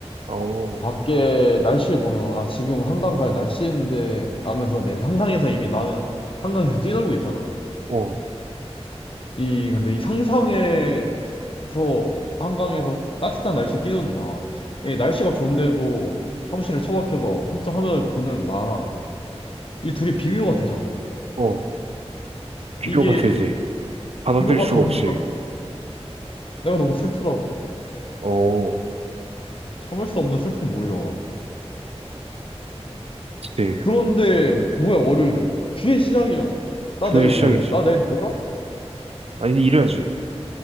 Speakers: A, on the right; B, on the left.
A: 어,
B: 밖에 날씨 보면, 아, 지금 한강 갈 날씨인데, 하면서 내 상상에서 이미 나는 한강에서 뛰놀고 있잖아.
A: 어,
B: 이, 근데 이 상상에서, 한강에서 따뜻한 날씨에 뛰는다. 이 날씨가 좋은데도 사무실에 처박혀서 컴퓨터 화면을 보는 나랑 이 둘이 비교가 되잖아.
A: 어, 비교가
B: 이게
A: 되지. 받아들일
B: 비교가
A: 수가
B: 되는
A: 없이.
B: 순간 내가 너무 슬프다고.
A: 어,
B: 참을 수 없는 슬픔이 몰려와.
A: 그치.
B: 그런데 뭐야, 월요일은? 주의 시작이잖아. 나
A: 주의
B: 내일
A: 시작이지.
B: 뭐 해? 나 내일 놀아?
A: 아니, 이래야지.